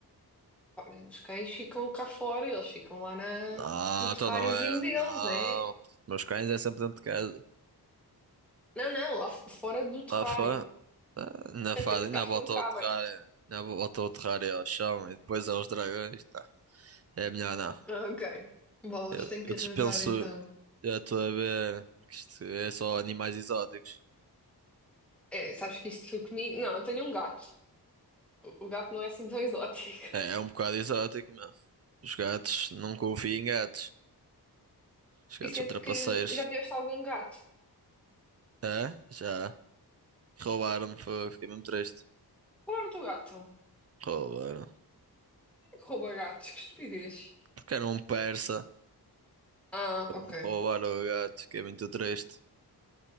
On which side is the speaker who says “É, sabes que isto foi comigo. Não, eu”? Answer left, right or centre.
Centre